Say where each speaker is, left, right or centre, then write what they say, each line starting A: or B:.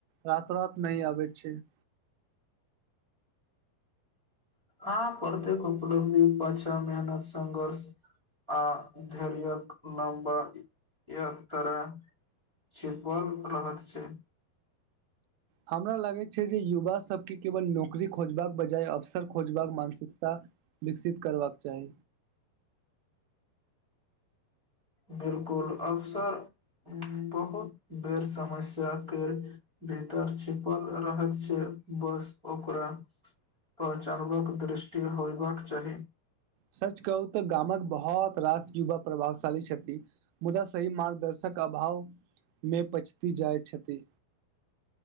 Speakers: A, on the right; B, on the right.
A: रातो रात नहि आबैत छै <unintelligible>
B: आ प्रत्येक उपलब्धि पाछा मेहनत संघर्ष आ धैर्यक नम्बर एक तरह छिपल रहत छै
A: हमरा लागैत छै जे युवा सबके केवल नौकरी खोजबाक बजाय अवसर खोजबाक मानसिकता विकसित करबाक चाही
B: बिल्कुल अवसर बहुत बेर समस्या केड़ भीतर छिपल रहत छै बस ओकरा पहचानबाक दृष्टि होयबाक चाही
A: सच कहू तऽ गामक बहुत रास युवा प्रभावशाली छथि मुदा सही मार्गदर्शन अभाव मे पचती जाइत छथि